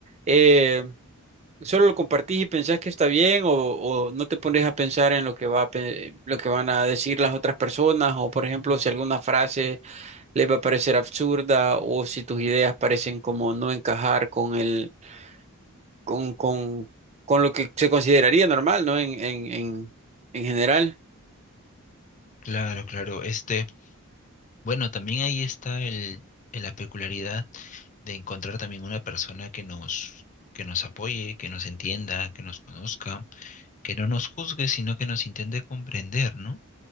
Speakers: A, on the right; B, on the left.
A: eh, ¿Solo lo compartís y pensás que está bien o, o no te pones a pensar en lo que va a, pe- lo que van a decir las otras personas o por ejemplo si alguna frase les va a parecer absurda o si tus ideas parecen como no encajar con el con, con, con lo que se consideraría normal, ¿no? En, en, en, en general.
B: claro, claro. Este. Bueno, también ahí está el, el- la peculiaridad de encontrar también una persona que nos, que nos apoye, que nos entienda, que nos conozca, que no nos juzgue, sino que nos intente comprender, ¿no?